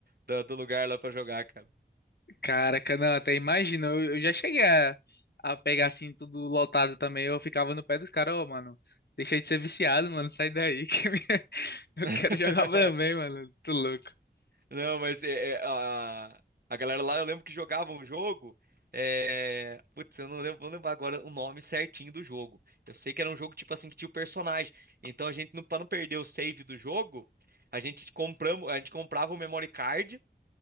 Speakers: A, on the right; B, on the left.
A: da- do lugar lá para jogar, cara.
B: Caraca, não, até imagina. Eu, eu já cheguei a, a pegar assim, tudo lotado também. Eu ficava no pé dos caras, ô, mano. Deixa de ser viciado, mano. Sai daí. Que <laughs> eu
A: <laughs>
B: quero jogar também, mano. Tô louco.
A: Não, mas é, é, a, a galera lá, eu lembro que jogava um jogo. É... Putz, eu não lembro, vou lembrar agora o nome certinho do jogo. Eu sei que era um jogo tipo assim que tinha o personagem. Então a gente, não, pra não perder o save do jogo, a gente compramos, a gente comprava o memory card